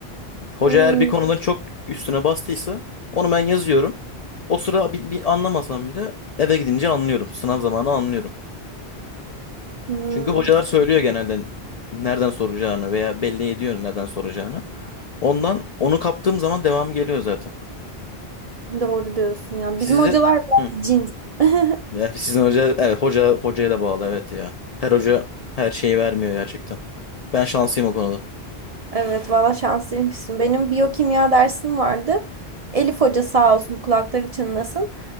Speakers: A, on the left; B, on the right.
A: Hoca
B: Hmm,
A: eğer bir konudan çok üstüne bastıysa onu ben yazıyorum. O sıra bir, bir anlamasam bile eve gidince anlıyorum. Sınav zamanı anlıyorum.
B: hmm.
A: Çünkü hocalar söylüyor genelde nereden soracağını veya belli ediyor nereden soracağını. Ondan onu kaptığım zaman devam geliyor zaten.
B: Doğru diyorsun ya.
A: Sizde
B: Bizim hocalar
A: Hı.
B: biraz cins. <laughs>
A: Ya Sizin hoca evet hoca hocaya da bağlı evet ya. Her hoca her şeyi vermiyor gerçekten. Ben şanslıyım o konuda.
B: Evet valla şanslıymışsın. Benim biyokimya dersim vardı. Elif Hoca sağ olsun kulakları çınlasın.